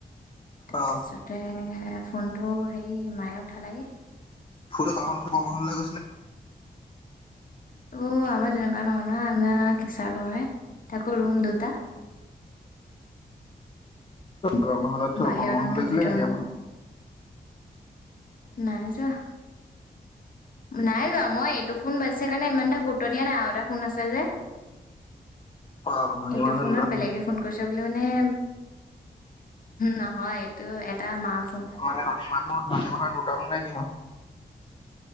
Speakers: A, on the left; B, on the left.
A: তাৰপিছতে
B: অ
A: ফোনটো হেই মায়ে উঠালোগে।
B: ফুুল তাহক ম ল গছিলে
A: অ আমাৰ তেনেকুৱা নহয় নহ আমাৰ কেচা ঘৰ আকৌ ৰুম দুটা।
B: বৰহমলত থব
A: বাহিৰৰ
B: বহমাহললৈ
A: ৰুমটো
B: গিল
A: ভিতৰৰ
B: নেকি
A: ৰুমটো
B: আনি
A: নাই যোৱা নাই যোৱা মই এইটো ফোন বাাজিছা কাৰণে ইমানটা গুৰুত্ব দিয়া নাই এ
B: অ ধনী
A: এটোমানে
B: মানুহ দুটা ফোন
A: উ নহয় এইটো এটা মা। ফোন এটা
B: মানে ধনী মানুহ ধনী মানুহৰ দুটাবোৰ নাই কি ন